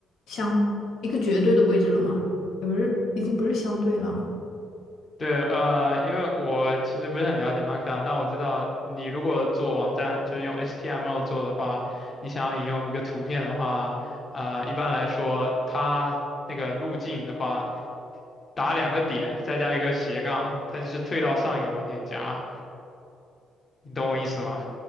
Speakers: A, on the left; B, on the left.
A: 相一个绝对的位置了吗？也不是，已经不是相对了啊。
B: 对，呃，因为我其实不是很了解 Markdown，但我知道你如果做网站，就是用 HTML 做的话，你想要引用一个图片的话，啊、一般来说，它那个路径的话，打两个点，再加一个斜杠，它就是退到上一个文件夹，你懂我意思吗？